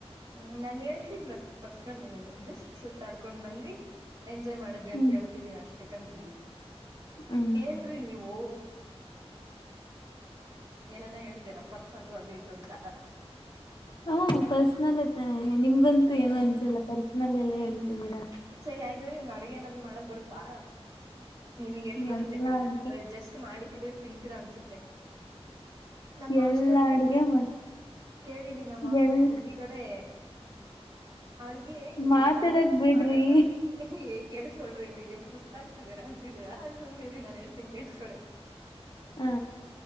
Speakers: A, on the right; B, on the left.
A: ಹ್ಮ್ ನಾನ್ ಹೇಳ್ತಿಲ್ಲ ಪರ್ಸನಲ್ ಏನು ಜಸ್ಟ್ ಸುತ್ತಾಡ್ಕೊಂಡ್ ಬಂದ್ವಿ. ಎಂಜಾಯ್ ಮಾಡಿದ್ವಿ ಅಂತ
B: ಹ್ಮ್
A: ಹೇಳ್ತಿದೀನಿ ಅಷ್ಟೇ ಕಣ್ರಿ
B: ಹ್ಮ್
A: ಏನ್ರೀ ನೀವು ಏನನ ಹೇಳ್ತೀರಾ ಪರ್ಸನಲ್ ಅದು ಇದು ಅಂತ.
B: ಹ್ಮ್ ಪರ್ಸ್ನಲ್ಲೆ ತನೆ ನಿಮ್ಗಂತೂ
A: ಹ್ಮ್
B: ಏನು ಅನ್ಸಿಲ್ಲ ಪರ್ಸ್ನಲ್ ಎಲ್ಲ ಹೇಳ್ತಿದ್ದೀರಾ.
A: ಹ್ಮ್ ಸರಿ ಆಯ್ತು ನಿಮ್ಗೆ ಅಡ್ಗೆ ಏನಾದ್ರು ಮಾಡಕ್ ಬರುತ್ತಾ ನಿಮ್ಗೆ ಎಲ್ಲಿ ಬರುತ್ತೆ
B: ಎಲ್ಲಾ
A: ಬಿಡಿ
B: ಅಡ್ಗೆ
A: ಜಸ್ಟ್ ಷ್ಟ್ ಮಾಡಿಕ್ಕಿದ್ರೆ ತಿಂತೀರಾ ಅನ್ಸುತ್ತೆ. ನಮ್ಮ್ ಹಾಸ್ಟ್ಲಲ್ಲಿ
B: ಎಲ್ಲಾ ಅಡ್ಗೆ ಮಾಡ
A: ಕೇಳಿ ಇಲ್ಲಿ ನಮ್ಮ ಹಾಸ್ಟೆಲ್ನಲ್ಲಿ
B: ಎಲ್
A: ಒಬ್ಬ ಹುಡ್ಗೀ ಇದ್ದಾಳೆ. ಅವಳಿಗೆ
B: ಮಾತಾಡಕ್
A: ಏನು ಅಡುಗೆ
B: ಬಿಡ್ರಿ
A: ಮಾಡಕ್ ಬರ ಏ ಕೇಸ್ಕಳ್ರಿ ಇಲ್ಲಿ ನೀವು ಸುಸ್ತ ಆಗ್ತಿದೀರ ಅಂತಿದೀರಾ ಅದು ಸುಮ್ನರಿ ನಾನ್ ಹೇಳ್ತಿನಿ ಕೇಳ್ಸ್ಕೊಳ್ಳಿ
B: ಹಾ